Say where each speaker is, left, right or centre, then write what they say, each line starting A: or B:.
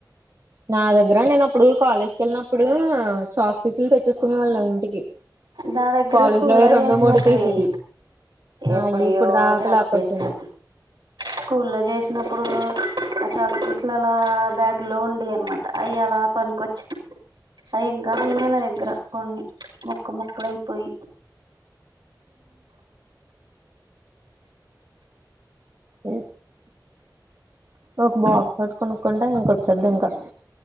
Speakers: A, on the right; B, on the right.
A: నా దగ్గర నేనప్పుడు కాలేజ్కి వెళ్ళినప్పుడు, షాక్ ఫీసులు తెచ్చేసుకునే వాళ్ళం ఇంటికి
B: నా దగ్గర
A: కాలేజీ
B: స్కూల్లో
A: లోయి రెండో
B: చేసినప్పుడేయి
A: మూడో తీసి ఆ
B: ఎప్పుడియో
A: అయ్యి ఇప్పుడు దాకాలాక్కొచింది.
B: చాక్ పీసులు స్కూల్లో చేసినప్పుడు అట్ చాక్ పీస్ లలో బ్యాగ్ లో ఉండేయనమాట అయి ఏలా పనినికొచ్చి అయి ఇంకా ఉన్నయి నా దగ్గర కొన్ని, ముక్క ముక్కలయిపోయి.
A: ఓ ఒక బాక్స్ తోటి కొనుక్కుంటా ఇంకొచ్చది ఇంకా.